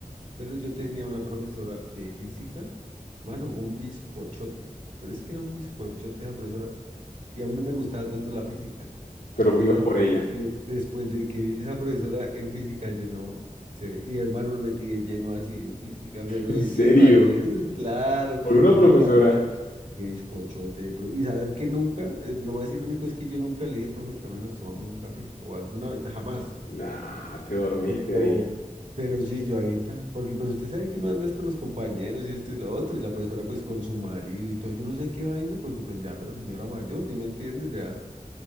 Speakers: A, on the right (about 60°); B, on the left (about 80°).
A: pero yo tenía una profesora de física, mano, un bizcochote, pero es que era un bizcochote esa profesora, y a mí no me gustaba tanto la física.
B: Pero
A: Pero
B: ibas
A: después
B: por ella.
A: de que, después de que vi esa profesora en física, yo no sé, y hermano me metí de lleno así en física, pero
B: ¿En
A: de
B: serio?
A: lleno así, eso es claro,
B: ¿Por una
A: a mí
B: profesora?
A: me encanta qué bizcochote, de pro- y saber que nunca, eh, lo más irónico es que yo nunca le dije, profe, que a nos tomamos un café, o alguna vez, jamás,
B: Nah, te dormiste
A: pero,
B: ahí.
A: pero sí, yo ahí tan, porque pues usted sabe que uno anda es con los compañeros y esto y lo otro, y la profesora pues con su marido y todo, yo no sé qué vaina, porque pues ya la señora mayor, ¿sí me entiendes? ya